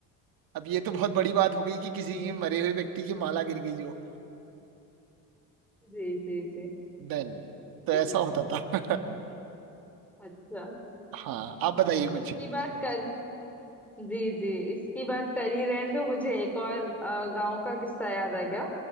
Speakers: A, on the right; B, in the centre.
A: अब ये तो बहुत बड़ी बात हो गई कि किसी
B: जी
A: की मरे हुए व्यक्ति की माला गिर गई जो
B: जी जी जी
A: देन तो
B: <laughs>
A: ऐसा होता था
B: अच्छा
A: <laughs> हाँ आप बताइए कुछ
B: इसकी बात कर जी जी इसकी बात कर ही रहे हैं तो मुझे एक और अ, गांव का किस्सा याद आ गया